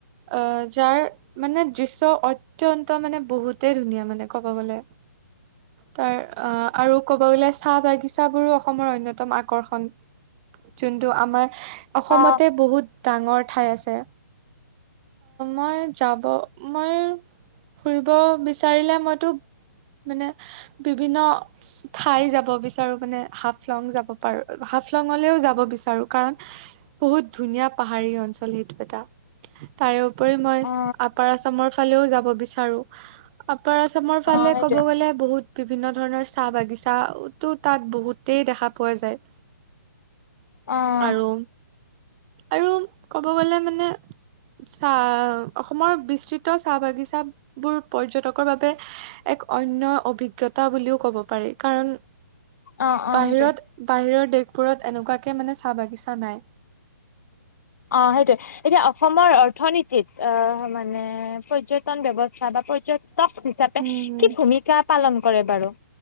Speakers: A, on the right; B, on the left.
A: আহ যাৰ মানে দৃশ্য অত্যন্ত ত' মানে বহুতেই ধুনীয়া মানে ক'ব গ'লে। তাৰ অ', আৰু ক'ব গ'লে চাহ বাগিচা বোৰো অসমৰ অন্যতম আকৰ্ষণ, যোনটো আমাৰ অসমতে
B: অ
A: বহুত ডাঙৰ ঠাই আছে, মই যাব মই ফুৰিব বিচাৰিলে মইতো মানে বিভিন্ন ঠাই যাব বিচাৰো মানে হাফলং যাব পাৰো, হাফলঙলৈও যাব বিচাৰো কাৰণ বহুত ধুনীয়া পাহাৰী অঞ্চল সেইটো এটা। তাৰেওপৰি মই
B: অ
A: আপাৰ আছামৰ ফালেও যাব বিচাৰো। আপাৰ আচামৰ ফালে
B: অ সেইটোৱে
A: ক'ব গ'লে বহুত বিভিন্ন ধৰণৰ চাহ বাগিচাওটো তাত বহুতেই দেখা পোৱা যায়।
B: অ'।
A: আৰু আৰু ক'ব গ'লে মানে চাহ অসমৰ বিস্তৃত চাহ বাগিচা বোৰ পৰ্যটকৰ বাবে এক অন্য অভিজ্ঞতা বুলিও ক'ব পাৰি, কাৰণ
B: অ অ
A: বাহিৰত
B: সেইটোৱে
A: বাহিৰৰ দেশবোৰত এনেকুৱাকে মানে চাহ বাগিচা নাই।
B: অ', সেইটোৱে এতিয়া অসমৰ অৰ্থনীতিত অ', মানে পৰ্যটন ব্যৱস্থা বা পৰ্যটক হিচাপে
A: উম
B: কি ভূমিকা পালন কৰে বাৰু?